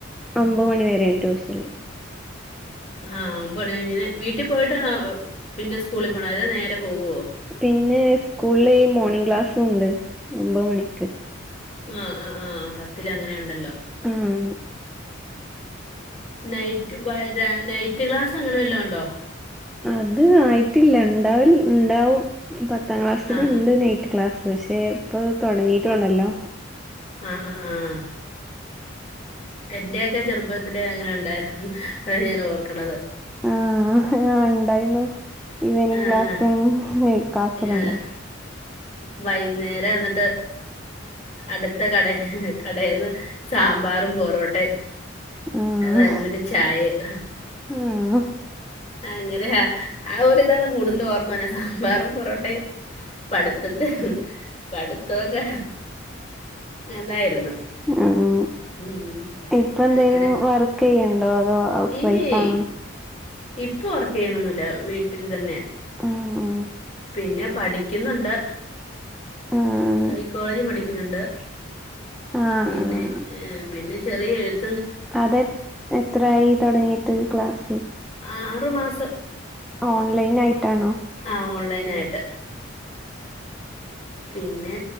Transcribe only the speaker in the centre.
ഒമ്പത് മണി വരെ ട്യൂഷള്ള്
പിന്നെ സ്കൂളിമോർണിംഗ് ക്ലാസ്സുണ്ട് ഒമ്പത് മണിക്ക്.
ആഹ്.
അത് ആയി ട്ടില്ല ഇണ്ടാവ്വുംഉണ്ടാവും പത്താം ക്ലാസ്സൽണ്ട്
നൈറ്റ് ക്ലാസ്സ് പക്ഷെ- ഇപ്പൊ ഇത് തൊടങ്ങിട്ടൊള്ളല്ലോ
ആഹ് ആ ഉണ്ടായിരുന്നു ഈവനിങ്
ക്ലാസ്സുംനയ്റ്റ് ക്ലാസ്സൊക്കെണ്ടായി
ആഹ്
ആഹ്
ആഹ്
ഇപ്പ എന്തേലും
വർക്ക് ചെയ്യണ്ടോ അതോ ഹൗസ്
വൈഫാണോ
ആഹ്
ആഹ്
ആഹ്
ആഹ്
അതെ എത്രായി തൊടങ്ങിയിട്ട് ക്ലാസ്സ്
ഓൺലൈനായിട്ടാണോ